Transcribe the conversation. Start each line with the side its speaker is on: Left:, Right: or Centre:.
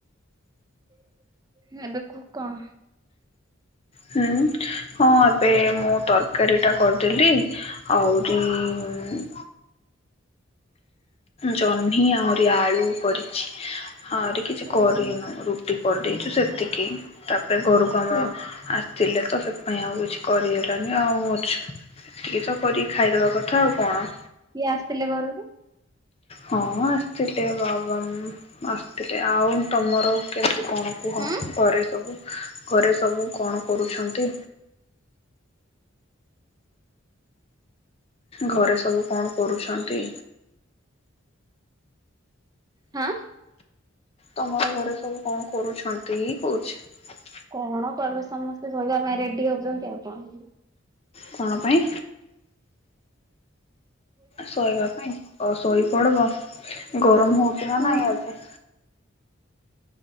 Right: <unintelligible>
Left: ହୁଁ ହଁ ଏବେ ମୁଁ ତରକାରୀଟା କରିଦେଲି। ଆହୁରି ଜହ୍ନି ଆହୁରି ଆଳୁ କରିଚି। ହଁ ରେ କିଛି କରିନୁ
Right: ଓହୋ।
Left: ରୁଟି। କରିଦେଇଛୁ ସେତିି। କି ତାପରେ ଘରୁକୁ ଆମର
Right: ହୁଁ
Left: ଆ ଥିଲେ ତ ସେଥିପାଇଁ ଆଉ କିଛି କରିହଲାନି ଆଉ ଅଛ ଏତିକି ତ କରିକି ଖାଇଦେବା କଥା ଆଉ କଣ।
Right: କିଏ ଆସିଥିଲେ ଘରକୁ
Left: ହଁ ଆସିଥିଲେେ ବାବା ଆସିଥିଲେେ ଆଉ ତମର କେମତି? କଣ କୁହ
Right: ହୁଁ
Left: ଘରେ ସବୁ? ଘରେ ସବୁ କଣ କରୁଛନ୍ତି? ଘରେ ସବୁ କଣ କରୁଛନ୍ତି?
Right: ହଁ।
Left: ତମର ଘରେ ସବୁ କଣ କରୁଛନ୍ତି କହୁ ଅଛି।
Right: କଣ କରିବେ ସମସ୍ତେ ଶୋଇବା ପାଇଁ ରେଡି ହଉଛନ୍ତି ଆଉ କଣ
Left: କଣ ପାଇଁ ଶୋଇବା ପାଇଁ। ଓ ଶୋଇ ପଡ଼ିବ। ଗରମ ହଉଛି ନା
Right: ହୁଁ
Left: ନାଇ ଏବେ।